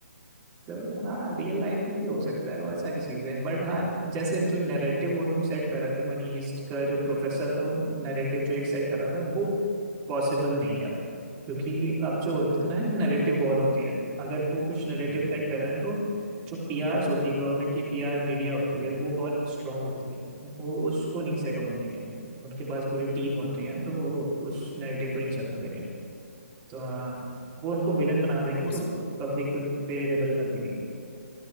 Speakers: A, on the right; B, on the left.
A: तो हाँ रियल लाइफ में भी हो सकता है बहुत सारी चीजें हैं बट हाँ जैसे जो नैरेटिव वो लोग सेट कर रहे थे मनी ईस्ट का जो प्रोफेसर था वो नैरेटिव जो एक सेट कर रहा था वो पॉसिबल नहीं है अब क्योंकि अब जो होता है ना एक नैरेटिव वॉर होती है अगर वो कुछ नैरेटिव
B: हम्म
A: सेट
B: हम्म, हम्म।
A: कर रहे हैं तो जो पीआरस होती है गवर्नमेंट की पीआर मीडिया होती है वो बहुत स्ट्रांग होती है वो उसको नहीं सेट होने देंगे उनके पास पूरी टीम होती है तो वो उस नैरेटिव को नहीं चलने देंगे तो हाँ वो उनको विलन बना देंगे
B: उस
A: तो पब्लिक उन पे रेबल कर देगी